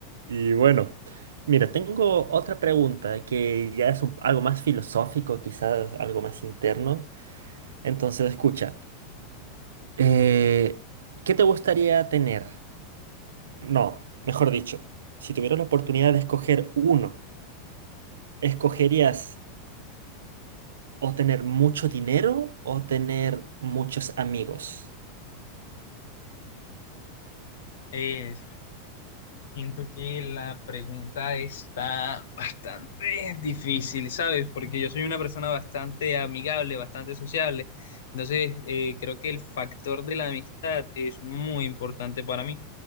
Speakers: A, on the right; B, on the left.
A: Y bueno, mira, tengo otra pregunta que ya es un- algo más filosófico, quizás algo más interno. Entonces, escucha. Eh, ¿qué te gustaría tener? No, mejor dicho, si tuvieras la oportunidad de escoger uno, ¿escogerías o tener mucho dinero o tener muchos amigos?
B: Eh, siento que la pregunta está bastante difícil, ¿sabes? Porque yo soy una persona bastante amigable, bastante sociable. Entonces, eh, creo que el factor de la amistad es muy importante para mí.